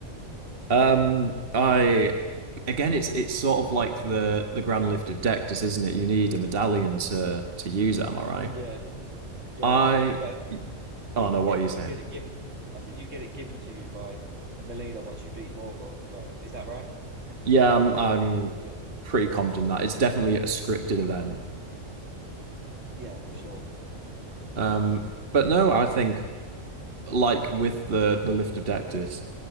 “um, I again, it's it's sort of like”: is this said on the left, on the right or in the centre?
Right